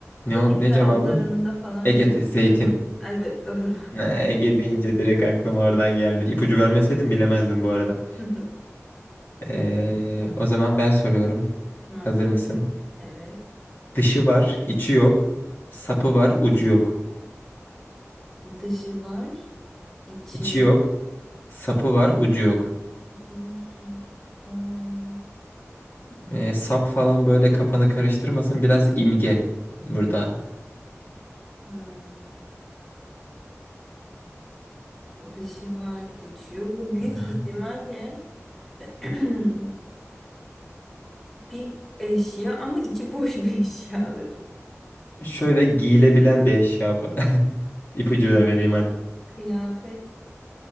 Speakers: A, on the left; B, in the centre.
A: Ne
B: Ege
A: ol- ne
B: taraflarında
A: cevabı?
B: falan
A: Ege
B: çok
A: te- zeytin.
B: iyi. Evet, doğru.
A: Ee, Ege deyince direkt aklıma oradan geldi. İpucu vermeseydim bilemezdim bu arada.
B: <laughs> İyi,
A: Ee, o zaman ben soruyorum.
B: tamam.
A: Hazır mısın?
B: Evet.
A: Dışı var, içi yok. Sapı var, ucu yok.
B: Dışı var, içi
A: İçi
B: yok.
A: yok, sapı var, ucu yok.
B: Burcu. Hmm,
A: E, sap falan böyle kafanı karıştırmasın. Biraz imge burada.
B: hmm. Dışı var, içi yok. Bu büyük
A: Hı hı.
B: ihtimalle <clears throat> bir eşya ama içi boş bir eşyadır.
A: Şöyle giyilebilen bir eşya bu. <laughs> İpucu
B: Bir
A: da vereyim hadi.
B: kıyafet